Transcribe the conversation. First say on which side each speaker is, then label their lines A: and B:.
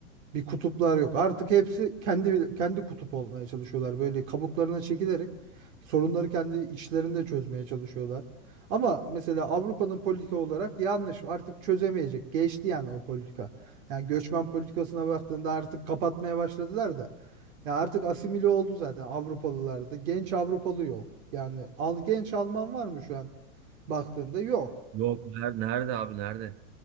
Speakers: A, on the right; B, on the right.
A: Bir kutuplar yok. Artık hepsi kendi kendi kutup olmaya çalışıyorlar. Böyle kabuklarına çekilerek sorunları kendi içlerinde çözmeye çalışıyorlar. Ama mesela Avrupa'nın politika olarak yanlış. Artık çözemeyecek. Geçti yani o politika. Yani göçmen politikasına baktığında artık kapatmaya başladılar da. Ya artık asimile oldu zaten Avrupalılarda. Genç Avrupalı yok. Yani al genç Alman var mı şu an baktığında? Yok.
B: Yok ner- nerede abi nerede?